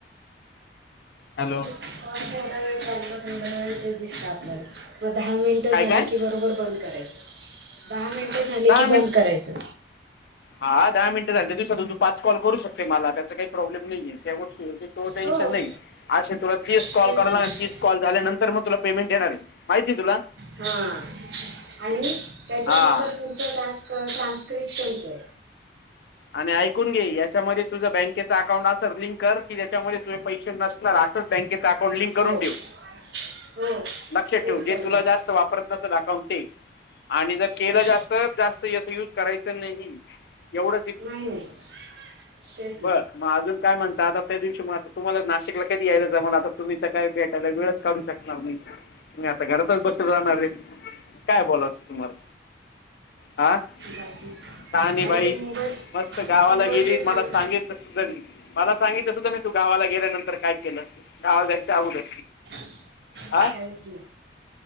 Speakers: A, on the left; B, on the right.
A: हॅलो.
B: कॉल जेवढा वेळ आलता, तेवढा वेळ ते दिसतं आपल्याला. मग दहा मिनटं
A: काय
B: झाले
A: काय
B: की, बरोबर बंद करायचं. दहा मिनटे झाले
A: दहा
B: की बंद
A: मिनिट
B: करायचं.
A: हा दहा मिनट झाले त दिवसातून तू पाच कॉल करू शकते मला त्याचा काही प्रॉब्लेम नाहीये त्या गोष्टी तो टेन्शन
B: हो
A: नाही असे तुला तीस
B: तेच
A: कॉल कराला
B: ना
A: तीस कॉल झाल्यानंतर मग तुला पेमेंट येणार आहे माहिती तुला.
B: हा. आणि त्याच्यानंतर
A: हा
B: पुढचं टानस् ट्रान्स्क्रिप्शन्स आहे.
A: आणि ऐकून घे याच्यामध्ये तुझं बँकेचं अकाउंट असेर लिंक कर की ज्याच्यामध्ये तुझ पैसे नस रा्र बँकें अकाउंट लिक
B: हो
A: करून ठेव.
B: हो.
A: लक्ष ठेवू
B: तेच करणार
A: जे तुला
B: आहे
A: जास्त वापरत नसल अकॉउंट ते. आणि जर केलं
B: तेच
A: जास्त जास्त याच युज करायचं नाही एवढं.
B: नाही नाही ते.
A: बर मग अजून काय म्हणत आता त्या दिवशी मग आता तुम्हाला नाशिकला कधी यायच जा म्हण आता तुम्ही काय. त्याला, वेळच काढू शकणार नाही. मी आता घरातच बसून राहणार आहे, काय बोलावं आता तुम्हाला आ? सहानी
B: बाकी आणि
A: बाई?
B: ते मोबाईल
A: मस्त गावाला
B: मोबाईलचं
A: गेली
B: सांग
A: मला सांगितल सुद्धा नाही. मला सांगितलं सुद्धा मी तू गावाला गेल्यानंतर काय केलं गावाला जायच अगोदर.
B: काहीच
A: हा
B: नाही.